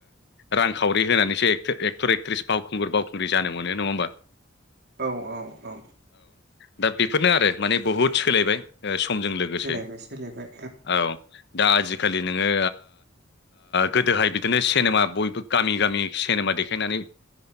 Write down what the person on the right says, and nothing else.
औ औ औ
सोलायबाय सोलायबाय